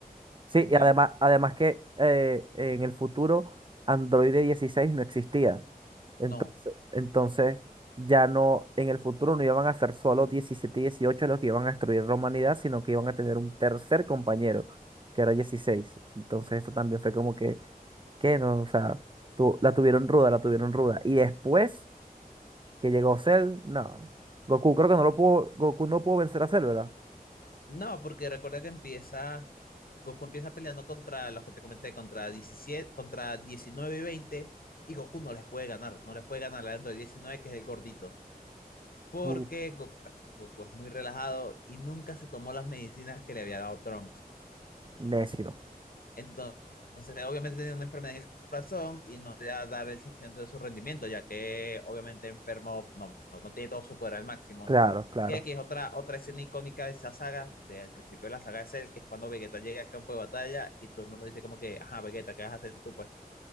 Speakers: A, on the right; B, on the left.
A: Sí,
B: Entonces,
A: y además, además que eh, en el futuro Android 16 no existía. Entonces,
B: no.
A: entonces ya no, en el futuro no iban a ser solo 17 y 18 los que iban a destruir la humanidad, sino que iban a tener un tercer compañero, que era dieciséis Entonces eso también fue como que, que no, o sea, tu- la tuvieron ruda, la tuvieron ruda. Y después que llegó Cell, no. Goku creo que no lo pudo, Goku no pudo vencer a Cell, ¿verdad?
B: No, porque recuerda que empieza, Goku empieza peleando contra los que te comenté, contra 17, contra 19 y 20, y Goku no les puede ganar, no les puede ganar al Android 19 que es el gordito. porque
A: Buf,
B: Goku, Goku es muy relajado y nunca se tomó las medicinas que le había dado Trunks.
A: necio.
B: Entonces, obviamente tenía una enfermedad en el corazón y no podía dar el 100% de su rendimiento, ya que obviamente enfermo no, no, no tiene todo su poder al máximo.
A: Claro, claro.
B: Que aquí es otra, otra escena icónica de esa saga, del principio de la saga de Cell, que es cuando Vegeta llega al campo de batalla y todo el mundo dice como que, ajá, Vegeta, ¿qué vas a hacer tú? Pues